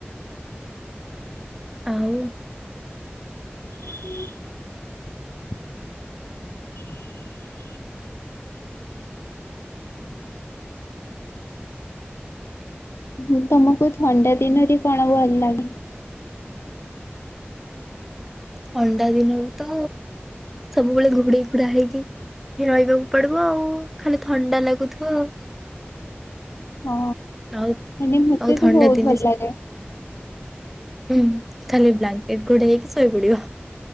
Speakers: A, in the centre; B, on the left.
A: ଆଉ। ଆଉ
B: ହ <inaudible> ମୁଁ ତମକୁ ଥଣ୍ଡା ଦିନରେ କଣ ଭଲ ଲାଗେ?
A: ଥଣ୍ଡା ଦିନରେ ତ ସବୁବେଳେ ଘୋଡେଇ ଘୋଡାଇକି ହେଇକି ରହିବାକୁ ପଡିବ ଆଉ ଖାଲି ଥଣ୍ଡା ଲାଗୁଥିବ ଆଉ।
B: ହଁ।
A: ଆଉ
B: ମାନେ ମତେ
A: ଆଉ ଥଣ୍ଡା
B: ତ ବହୁତ
A: ଦିନେ
B: ଭଲ
A: ସେ
B: ଲାଗେ।
A: ହୁଁ ଖାଲି ବ୍ଲାଙ୍କେଟ ଘୋଡେଇକି ଶୋଇ ପଡିବ।